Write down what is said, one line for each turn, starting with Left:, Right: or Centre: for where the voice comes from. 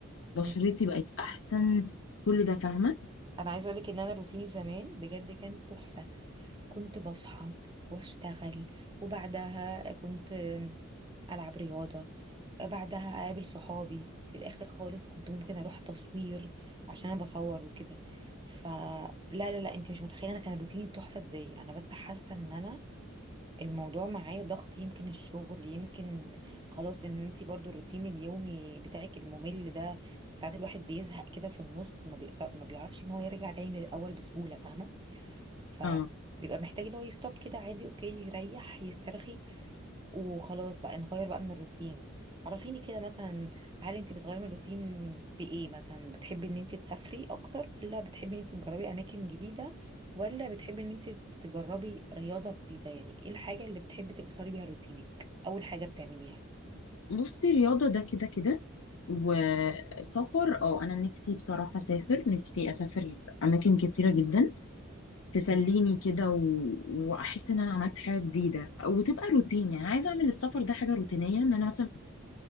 Left: بشرتي
Right: مم.
Left: بقت أحسن كل ده فاهمة
Right: انا عايزه اقول لك ان انا روتيني زمان بجد كان تحفه كنت بصحى واشتغل وبعدها كنت العب رياضه بعدها اقابل صحابي في الاخر خالص كنت ممكن اروح تصوير عشان انا بصور وكده فلا لا لا لا، انت مش متخيله انا كان روتيني تحفه ازاي انا بس حاسه ان انا الموضوع معايا ضغط يمكن الشغل يمكن خلاص ان انت برضو الروتين اليومي بتاعك الممل ده ساعات الواحد بيزهق كده في النص ما بيقدر ما بيعرفش ان هو يرجع تاني للاول بسهوله فاهمه ف
Left: آه.
Right: بيبقى محتاج ان هو يستوب كده عادي اوكي يريح يسترخي وخلاص بقى نغير بقى من الروتين عرفيني كده مثلا هل انت بتغيري من الروتين بايه مثلا بتحبي ان انت تسافري اكتر ولا بتحبي ان انت تجربي اماكن جديدة ولا بتحبي ان انت تجربي رياضة جديدة يعني ايه الحاجة اللي بتحبي تكسري بيها روتينك اول حاجة بتعمليها
Left: بصي رياضة ده كده كده وسفر اه انا نفسي بصراحة اسافر نفسي اسافر اماكن كتيرة جدا تسليني كده و... واحس ان انا عملت حاجة جديدة وتبقى روتين يعني عايزة اعمل السفر ده حاجة روتينية ان انا مثلا